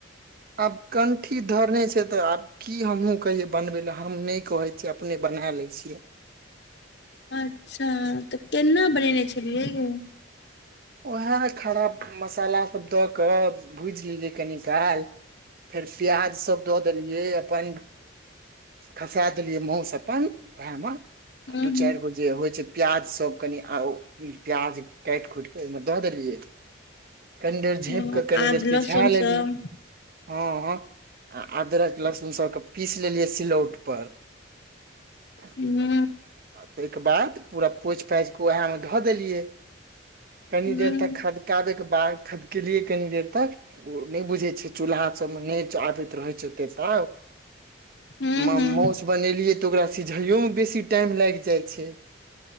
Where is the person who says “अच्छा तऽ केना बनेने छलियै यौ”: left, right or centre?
Left